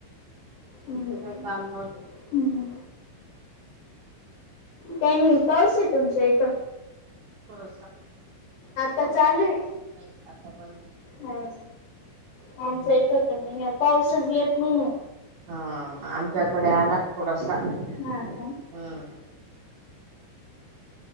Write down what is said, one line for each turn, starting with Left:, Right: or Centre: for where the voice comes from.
Left: हम्म.
Right: तिथं काय काम नव्हतं.
Left: हम्म. काही नाही पाऊस आहे तुमचा इथं.
Right: थोडसा
Left: आता चालेूय.
Right: नाही आता बंदी.
Left: हम् आमच एकत नाही पाऊसच येत नाही.
Right: हा आमच्याकडे आला थोडासा हम्म.
Left: हा का?